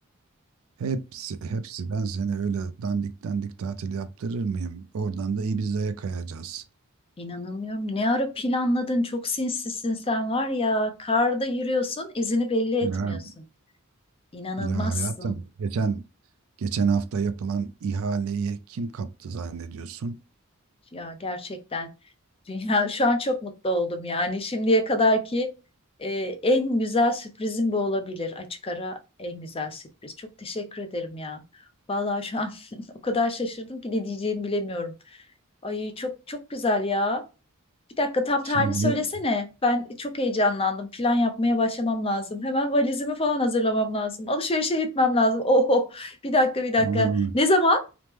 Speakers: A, on the right; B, on the left.
A: Hepsi hepsi ben seni öyle dandik dandik tatil yaptırır mıyım? Oradan da Ibiza'ya kayacağız.
B: İnanamıyorum. Ne ara planladın? Çok sinsisin sen var ya. Karda yürüyorsun, izini belli
A: Ya,
B: etmiyorsun. İnanılmazsın
A: ya hayatım geçen geçen hafta yapılan ihaleyi kim kaptı zannediyorsun?
B: ya gerçekten. Dünya şu an çok mutlu oldum yani. Şimdiye kadarki e, en güzel sürprizim bu olabilir. Açık ara en güzel sürpriz. Çok teşekkür ederim ya. Vallahi şu an <laughs> o kadar şaşırdım ki ne diyeceğimi bilemiyorum. Ay çok çok güzel ya. Bir dakika tam
A: Şimdi
B: tarihini söylesene. Ben çok heyecanlandım. Plan yapmaya başlamam lazım. Hemen valizimi falan hazırlamam lazım. Alışverişe gitmem lazım. Oho bir dakika bir dakika.
A: aa,
B: Ne zaman?